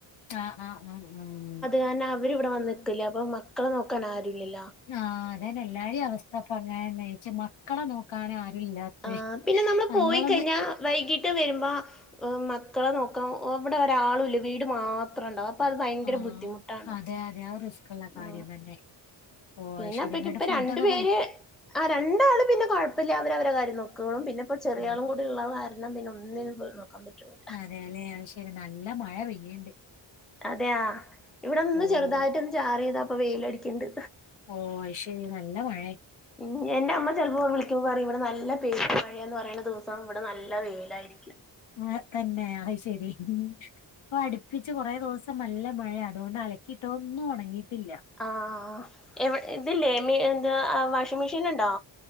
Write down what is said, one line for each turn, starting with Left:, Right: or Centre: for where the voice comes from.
Left: ആഹ് ആഹ് അഹ് അഹ്
Centre: കാരണം അവരിവിടെ വന്നിക്കല്ല അപ്പൊ മക്കളെ നോക്കാൻ ആരുല്ലല്ല
Left: ആഹ് അതന്നേ എല്ലാരേം അവസ്ഥ അപ്പ അങ്ങനെ ച്ച മക്കളെ നോക്കാന് ആരും ഇല്ലാത്തേ
Centre: ആ പിന്നെ നമ്മള്
Left: നമ്മളൊന്ന്
Centre: പോയി കഴിഞ്ഞാ വൈകീട്ട് വരുമ്പോ മക്കളെ നോക്കാ ഇവിടെ ഒരാളില്ല വീട് മാത്രം ഉണ്ടാവും അത് ഭയങ്കര
Left: ആഹ്
Centre: ബുദ്ധിമുട്ടാണ്
Left: അതെ അതെ ആ റിസ്ക് ഉള്ള
Centre: ആ
Left: കാര്യം തന്നെ ഓ
Centre: പിന്നെ
Left: അത് ശരി
Centre: അപ്പക്കിം
Left: ഇങ്ങട്ട്
Centre: ഇപ്പൊ
Left: ഫുഡൊക്കെ
Centre: രണ്ട് പേര്
Left: കഴി
Centre: ആ രണ്ടാള് പിന്നെ കുഴപ്പില്ല അവര് അവരെ കാര്യം നോക്കോളും പിന്നിപ്പോ ചെറിയാളും
Left: ആഹ്
Centre: കൂടി ഉള്ളത് കാരണം പിന്നെ ഒന്നിനും നോക്കാൻ പറ്റുള്ളൂ
Left: അതേല്ലെ അത്‌ ശരി നല്ല മഴ പെയ്യണ്ട്
Centre: അതെയാ ഇവിടെ ഒന്ന്
Left: ഓ
Centre: ചെറുതായിട്ടൊന്ന് ചാറിയതാ ഇപ്പൊ വെയിലടിക്കണ്ട്
Left: ഓ അയിശരി നല്ല മഴയ
Centre: ഉം എന്റെ അമ്മ ചിലപ്പോ വിളിക്കുമ്പോ പറയും ഇവിടെ നല്ല പെര് മഴന്ന് പറയുന്ന ദിവസം ഇവിടെ നല്ല വെയിലായിരിക്കും
Left: ആഹ് തന്നെ അത് ശരി ഇപ്പൊ അടുപ്പിച്ച് കൊറെ ദിവസം നല്ല മഴയാ അതോണ്ട് അലക്കിയിട്ട ഒന്നും ഉണങ്ങിയിട്ടില്ല
Centre: ആഹ് എവി ഇതില്ലേ മി ഇത് വാഷിംഗ് മെഷീൻ ഉണ്ടോ